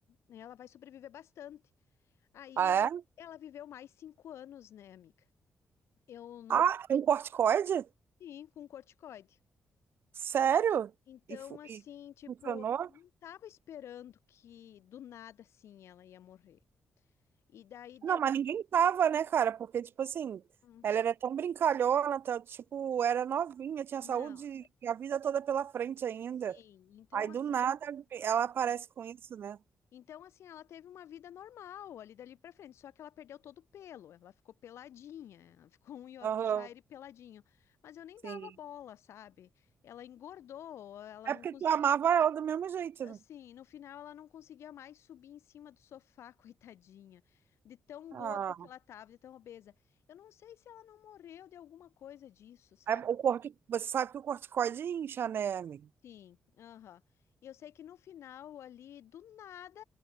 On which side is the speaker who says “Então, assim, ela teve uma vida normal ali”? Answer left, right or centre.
Left